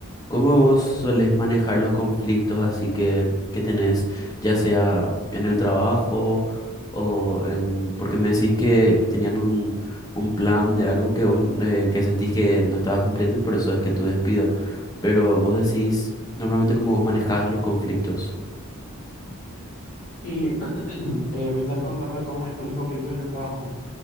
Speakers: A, on the left (about 15°); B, on the left (about 40°).
A: ¿Cómo vos solés manejar los conflictos así que, que tenés, ya sea en el trabajo o en... Porque me decís que, que tenían un, un plan de algo que vos eh, que sentís que no estabas cumpliendo y por eso es que tu despido. Pero vos decís normalmente cómo vos manejás los conflictos.
B: Y <clears throat> eh, me estás preguntando cómo manejo los conflictos en el trabajo